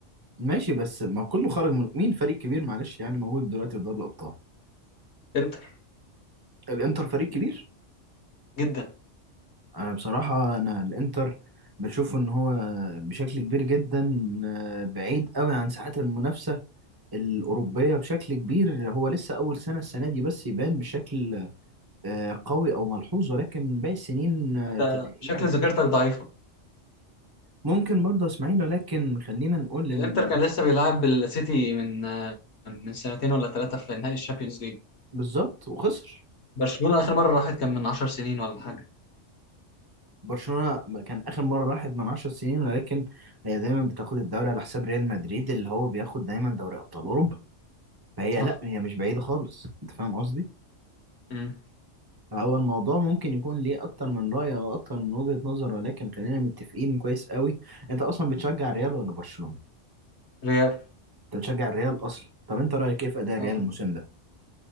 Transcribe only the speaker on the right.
ماشي بس ما كله خرج من مين فريق كبير معلش يعني موجود دلوقتي في دوري الابطال
الانتر فريق كبير
انا بصراحة انا الانتر بشوف ان هو بشكل كبير جدا آه، بعيد قوي عن ساعات المنافسة الأوروبية بشكل كبير هو لسه أول سنة السنة دي بس يبان بشكل آه، قوي أو ملحوظ ولكن باقي السنين آه،
تلاقيه
ممكن برضه إسماعيل ولكن خلينا نقول إن
بالظبط وخسر
برشلونة كان آخر مرة راحت من عشر سنين ولكن هي دايما بتاخد الدوري على حساب ريال مدريد اللي هو بياخد دايما دوري أبطال أوروبا فهي
لا هي مش بعيدة خالص أنت فاهم قصدي؟
هو الموضوع ممكن يكون ليه اكتر من رأي او اكتر من وجهة نظر ولكن خلينا متفقين كويس قوي انت اصلا بتشجع الريال ولا برشلونة
انت بتشجع الريال اصلا طب انت رأيك ايه في اداء الريال
الموسم ده